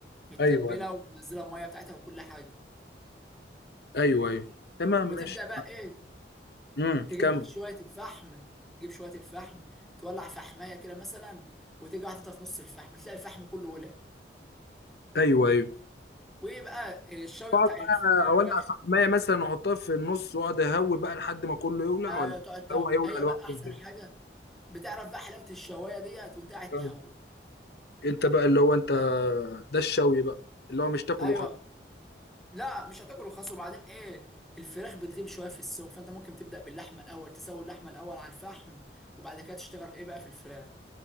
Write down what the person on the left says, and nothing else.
ايوه
ايوه ايوه تمام
ماشي
امم
كمل
ايوه ايوه
اقعد
بقى
اولع فحمايه مثلا واحطها في النص واقعد اهوي بقى لحد ما كله يولع
ولا
هو هيولع
لوحده
ولا إيه؟
فاهم.
انت بقى اللي هو انت ده الشوي بقى اللي هو مش تاكل
وخلاص